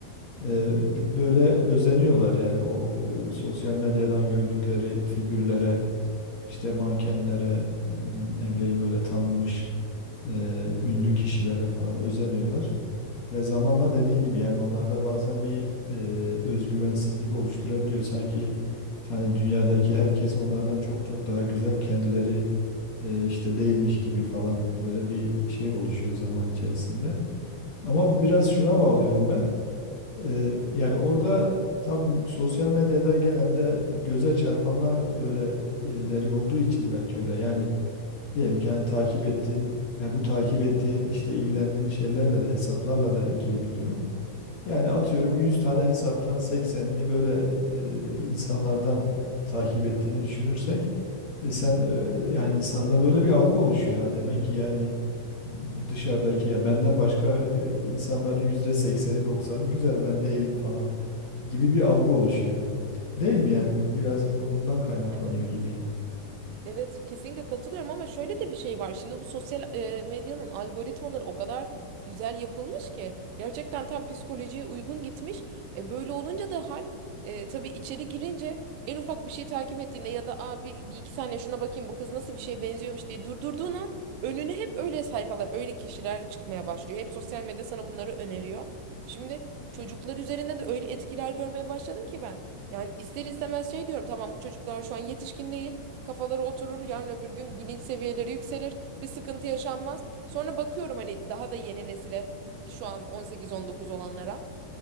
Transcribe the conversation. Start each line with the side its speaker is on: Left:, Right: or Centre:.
Left: E, b- böyle özeniyorlar yani o e, sosyal medyadan gördükleri figürlere, işte mankenlere, m, ne bileyim böyle tanınmış e, ünlü kişilere falan özeniyorlar. Ve zamanla dediğin gibi yani onlarda bazen bir e, özgüvensizlik oluşturabiliyor. Sanki hani dünyadaki herkes onlardan çok çok daha güzel kendileri e, işte değilmiş gibi falan böyle bir şey oluşuyor zaman içerisinde. Ama biraz şuna bağlıyorum ben. E, yani orada tabii sosyal medyada genelde göze çarpanlar öyleleri olduğu için belki öyle. Yani diyelim ki hani takip ettiğin, yani bu takip ettiğin işte ilgilendiğin şeylerle de hesaplarla da ilgili bir durum. Yani atıyorum 100 tane hesaptan 80'ini böyle e, insanlardan takip ettiğini düşünürsek e, sen e, yani insanda böyle bir algı oluşuyor ha. Demek ki yani dışarıdaki ya benden başka e, insanların yüzde 80'i 90'ı güzel ben değilim falan gibi bir algı oluşuyor. Değil mi yani biraz bu bundan kaynaklanıyor
Right: Evet.
Left: gibi.
Right: Evet kesinlikle katılıyorum ama şöyle de bir şey var. Şimdi bu sosyal e, medyanın algoritmaları o kadar güzel yapılmış ki gerçekten tam psikolojiye uygun gitmiş. E, böyle olunca da hal e, tabii içeri girince en ufak bir şey takip ettiğinde ya da abi bir, bir iki saniye şuna bakayım bu kız nasıl bir şeye benziyormuş diye durdurduğun an önüne hep öyle sayfalar, öyle kişiler çıkmaya başlıyor. Hep sosyal medya sana bunları öneriyor. Şimdi çocuklar üzerinde de öyle etkiler görmeye başladım ki ben. Yani ister istemez şey diyorum tamam bu çocuklar şu an yetişkin değil kafaları oturur. Yarın öbür gün bilinç seviyeleri yükselir. Bir sıkıntı yaşanmaz. Sonra bakıyorum hani daha da yeni nesile şu an 18-19 olanlara.